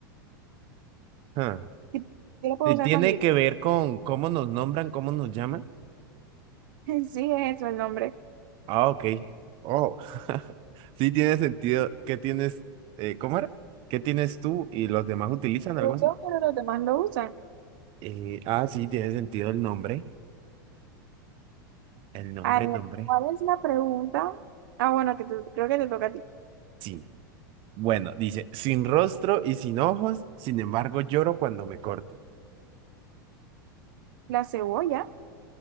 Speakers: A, on the right; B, on the right.
A: Ah.
B: Sí, yo lo puedo
A: Ti-
B: usar
A: ¿Tiene
B: cuando yo
A: que
B: quiera.
A: ver con cómo nos nombran, cómo nos llaman?
B: <laughs> Sí, es eso el nombre.
A: Ah, ok. Oh, <laughs> sí tiene sentido. ¿Qué tienes? eh, ¿cómo era? ¿Qué tienes tú y los demás utilizan
B: Yo,
A: algo así?
B: pero los demás lo usan.
A: Eh, ah, sí, tiene sentido el nombre. El nombre,
B: A ver,
A: nombre.
B: ¿cuál es la pregunta? Ah, bueno, que te- creo que te toca a ti.
A: Sí. Bueno, dice, sin rostro y sin ojos, sin embargo lloro cuando me corto.
B: La cebolla